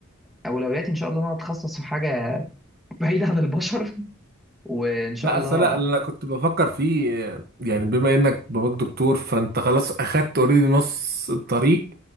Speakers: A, in the centre; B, on the right.
A: اولوياتي ان شاء الله ان انا اتخصص في حاجه <laughs> بعيده عن البشر وان شاء
B: لا
A: الله
B: اصل انا اللي انا كنت بفكر فيه آه، يعني بما انك باباك دكتور فانت خلاص اخدت اوريدي نص الطريق